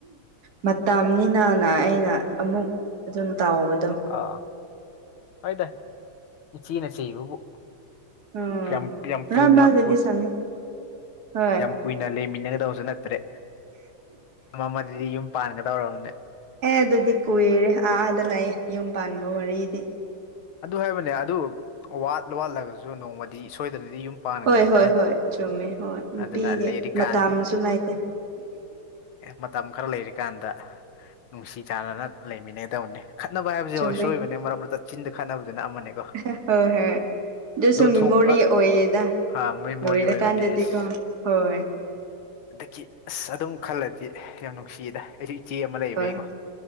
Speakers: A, on the right (about 45°); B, on the left (about 70°).
A: ꯃꯇꯝꯅꯤꯅꯅ ꯑꯩꯅ ꯑꯃꯨꯛ
B: ꯎꯝ
A: ꯑꯗꯨꯝ ꯇꯥꯎꯕꯗꯣ
B: ꯑꯥ ꯍꯣꯏꯗ ꯏꯆꯦꯅ ꯆꯩꯕꯕꯨ
A: ꯎꯝ
B: ꯀꯌꯥꯝ ꯀꯌꯥꯝ
A: ꯃꯔꯛ
B: ꯐꯨꯜ ꯃꯥꯛ
A: ꯃꯔꯛꯇꯗꯤ
B: ꯄꯨ
A: ꯁꯥꯟꯅꯩ ꯍꯣꯏ
B: ꯌꯥꯝ ꯀꯨꯏꯅ ꯂꯩꯃꯤꯟꯅꯒꯗꯕꯁꯨ ꯅꯠꯇ꯭ꯔꯦ ꯑꯃꯗꯗꯤ ꯌꯨꯝ ꯄꯥꯟꯒꯗꯧꯔꯕꯅꯦ
A: ꯑꯦ ꯑꯗꯨꯗꯤ ꯀꯨꯏꯔꯦ ꯑꯥꯗ ꯂꯩ ꯌꯨꯝ ꯄꯥꯟꯕ ꯋꯥꯔꯤꯗꯤ
B: ꯑꯗꯨ ꯍꯥꯏꯕꯅꯦ ꯑꯗꯨ ꯋꯥꯠ ꯋꯥꯠꯂꯒꯁꯨ ꯅꯣꯡꯃꯗꯤ ꯁꯣꯏꯗꯅꯗꯤ ꯌꯨꯝ ꯄꯥꯟꯒꯅꯤꯗꯅ
A: ꯍꯣꯏ ꯍꯣꯏ ꯍꯣꯏ ꯆꯨꯝꯃꯦ ꯍꯣꯏ ꯅꯨꯄꯤꯗꯤ
B: ꯑꯗꯨꯅ ꯂꯦꯔꯤ ꯀꯥꯟ
A: ꯃꯇꯝꯁꯨ ꯂꯩꯇꯦ
B: ꯃꯇꯝ ꯈꯔ ꯂꯩꯔꯤꯀꯥꯟꯗ ꯅꯨꯡꯁꯤ ꯆꯥꯟꯅꯅ ꯂꯩꯃꯤꯟꯅꯒꯗꯧꯅꯦ ꯈꯠꯅꯕ ꯍꯥꯏꯕꯁꯤꯦ
A: ꯆꯨꯝꯃꯦ
B: ꯁꯣꯏꯕꯅꯤ ꯃꯔꯛ ꯃꯔꯛꯇ ꯆꯤꯟꯗ ꯈꯠꯅꯕꯗꯨꯅ ꯑꯃꯅꯦ
A: <unintelligible> ꯑꯗꯨꯁꯨ ꯃꯦꯃꯣꯔꯤ
B: ꯊꯣꯛ ꯑ
A: ꯑꯣꯏꯌꯦꯗ
B: ꯑꯥ ꯃꯦꯃꯣꯔꯤ
A: ꯂꯣꯏꯔꯀꯥꯟꯗꯗꯤꯀꯣ
B: ꯑꯣꯏꯕꯅꯦ ꯑꯁ
A: ꯍꯣꯏ
B: ꯑꯗꯒꯤ ꯑꯁ ꯑꯗꯨꯝ ꯈꯜꯂꯗꯤ ꯌꯥꯝ ꯅꯨꯡꯁꯤꯌꯦꯗ ꯑꯩꯗꯤ ꯏꯆꯦ ꯑꯃ ꯂꯩꯕꯩꯀꯣ
A: ꯍꯣꯏ